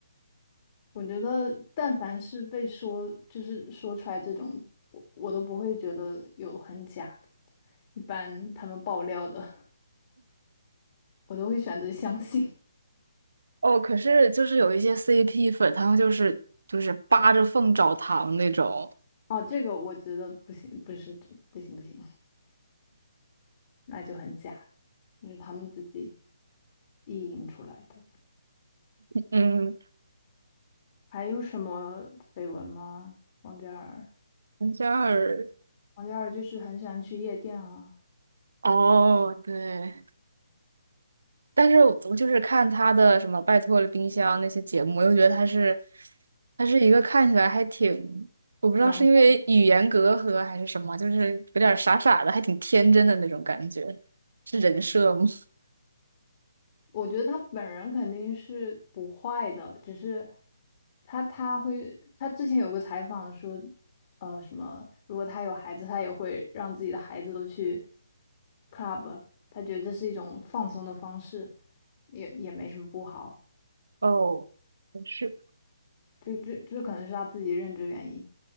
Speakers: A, on the left; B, on the right.
A: 我觉得，但凡是被说就是说出来这种，我我都不会觉得有很假的。一般他们爆料的，<laughs> 我都会选择相信。
B: 哦，可是就是有一些 CP 粉，他们就是就是扒着缝找糖那种。
A: 哦，这个我觉得不行，不是，不行不行，那就很假这是他们自己意淫出来的。
B: 嗯，
A: 还有什么绯闻吗？王嘉尔，
B: 王嘉尔。
A: 王嘉尔就是很喜欢去夜店啊，
B: 哦，对，但是我我就是看他的什么《拜托了冰箱》那些节目，我又觉得他是，他是一个看起来还挺，我不知道是因为语言隔阂还是什么，
A: 阳
B: 就是有点傻傻的，还挺天真的那种感觉，是人设吗？
A: 我觉得他本人肯定是不坏的，只是他他会他之前有个采访说，呃，什么如果他有孩子，他也会让自己的孩子都去 club，他觉得这是一种放松的方式，也也没什么不好，
B: <laughs> 哦，不是，
A: 这这这可能是他自己认知原因，